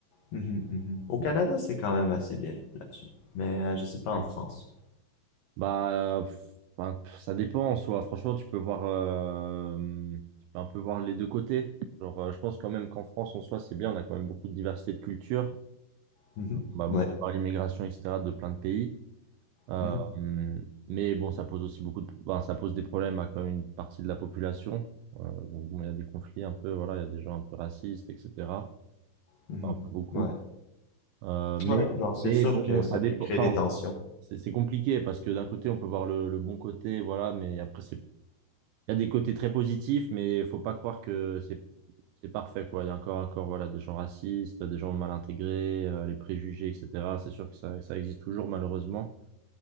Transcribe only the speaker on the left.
mhm, mhm. Au Canada, c'est quand même assez bien là-dessus, mais euh, je sais pas
en France.
Mhm.
Ouais,
Mhm,
mhm.
ouais,
ouais, non, c'est
sûr
que ça
peut créer
des tensions.